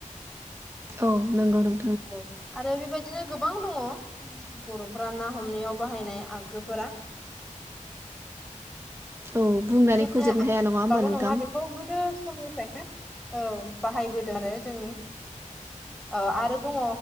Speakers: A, on the right; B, in the centre.
A: औ नंगौ नों
B: औ आरो बेबायदिनो गोबां दङ बर'फोरा ना हमनायाव बाहायनाय आगजुफोरा
A: औ बुंनानै
B: बिदिजोंनो
A: फोजोबनो
B: आंनावल'
A: हाया होमबा नोंथां?
B: नङा बेखौ गोदो समनिफ्रायनो औ बाहायबोदों आरो जोंनि औ आरो दङ